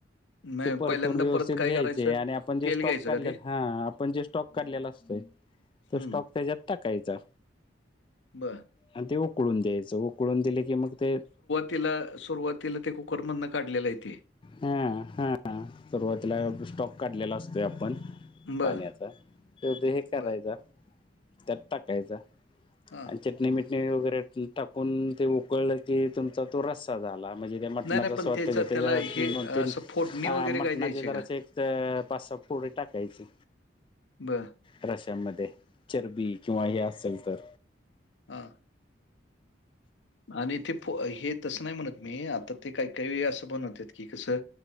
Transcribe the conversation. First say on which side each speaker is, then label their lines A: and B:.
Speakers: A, on the left; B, on the left.
A: मग
B: ते परतूंन
A: पहिल्यांदा
B: व्यवस्थितं
A: परत काय
B: घ्यांयचे
A: करायचं?
B: आणि आपणं
A: तेल
B: जे स्टॉक
A: घ्यायचं
B: काढलेलां
A: का ते?
B: हां आपणं जे स्टॉक काढलेलां असतोय तो
A: हं,
B: स्टॉक त्यांज्यातं टांकायचां.
A: बरं
B: आणि ते उकळूंन द्यायचं उकळूंन दिल की मंग ते
A: तिला सुरुवातीला ते कुकरमधन काढलेला आहे तेे.
B: हा हा सुरुवातीला
A: हं,
B: स्टॉक काढलेला असतोय आपण
A: बरं,
B: पाण्याचा तर ते हे करायच
A: बरं.
B: त्यात टाकायचा
A: हां.
B: आणि चटणी मिटणी वगैरे टाकून ते उकळलं की तुमच तो रस्सा झाला म्हणजे ते मटणाच
A: नाही, नाही पण
B: स्वत
A: त्याचा
B: त्या ते
A: त्याला
B: दोन
A: हे
B: तीन
A: असं फोडणी
B: अ
A: वगैरे
B: मटणाचे
A: काय द्यायची
B: जराचे
A: का?
B: एक पाच सहा फोडी टाकायची.
A: बं.
B: रश्यामध्ये चरबी किंवा हे असेल तर.
A: हं. आणि ते हे तसं नाही म्हणत मी आता ते काही काही असं बनवतात की कसं